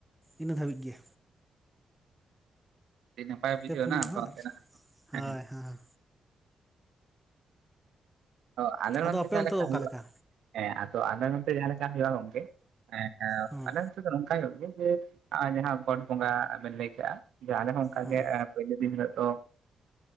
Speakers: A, in the centre; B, on the right.
A: ᱤᱱᱟᱹ ᱫᱷᱟᱹᱵᱤᱡ ᱜᱮ᱾
B: ᱟᱹᱰᱤ ᱱᱟᱯᱟᱭ ᱵᱩᱡᱷᱟᱹᱣ
A: ᱯᱮ ᱯᱩᱱ
B: <unintelligible>
A: ᱢᱟᱦᱟ ᱟᱨ ᱦᱳᱭ ᱦᱮᱸ
B: ᱚ ᱟᱞᱮ ᱱᱚᱛᱮ
A: ᱟᱫᱚ ᱟᱯᱮ
B: ᱡᱟᱦᱸᱟ
A: ᱚᱱᱛᱮ
B: ᱞᱮᱠᱷᱟ
A: ᱫᱚ
B: ᱦᱩᱭᱩᱜᱼᱟ
A: ᱚᱠᱟ ᱞᱮᱠᱟ
B: ᱦᱮᱸ ᱟᱫᱚ ᱟᱞᱮ ᱱᱚᱛᱮ ᱡᱟᱦᱟᱸ ᱞᱮᱠᱟ ᱦᱩᱭᱩᱜᱼᱟ ᱜᱚᱝᱠᱮ ᱦᱮᱸ
A: ᱦᱮᱸ
B: ᱟᱫᱼᱼ ᱱᱚᱝᱠᱟ ᱦᱩᱭᱩᱜ ᱜᱮᱭᱟ ᱡᱮ ᱡᱟᱦᱟᱸ ᱜᱚᱴ ᱵᱚᱸᱜᱟ ᱵᱮᱱ ᱞᱟᱹᱭ ᱠᱟᱜᱼᱟ ᱡᱮ ᱟᱞᱮ ᱦᱚᱸ ᱚᱱᱠᱟ
A: ᱦᱮᱸ
B: ᱜᱮ ᱯᱳᱞᱳ ᱫᱤᱱ ᱦᱤᱞᱳ ᱫᱚ